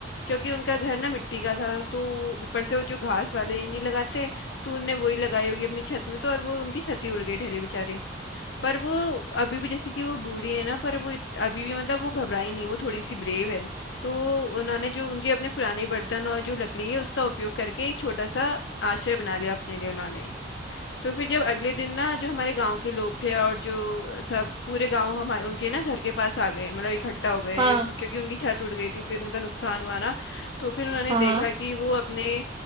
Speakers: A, on the left (about 70°); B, on the right (about 25°).
A: क्योंकि उनका घर ना मिट्टी का था तो ऊपर से वो जो घास वाले नहीं लगाते तो उनने वही लगाई होगी अपनी छत में तो और वो उनकी छत ही उड़ गई ठहरे बेचारे पर वो अभी भी जैसे कि वो बूढ़ी है ना पर वो इत- अभी भी मतलब वो घबराई नहीं वो थोड़ी सी ब्रेव है तो उन्होंने जो उनके अपने पुराने बर्तन और जो लकड़ी है उसका उपयोग करके एक छोटा सा आश्रय बना लिया अपने लिए उन्होंने तो फिर जब अगले दिन ना जो हमारे गांव के लोग थे और जो सब पूरे गांव हमारे उनके ना घर के पास आ गए मतलब इकट्ठा हो गए
B: हाँ
A: क्योंकि उनकी छत उड़ गई थी फिर उनका नुकसान हुआ ना तो फिर उन्होंने
B: हाँ
A: देखा
B: हाँ,
A: कि वो अपने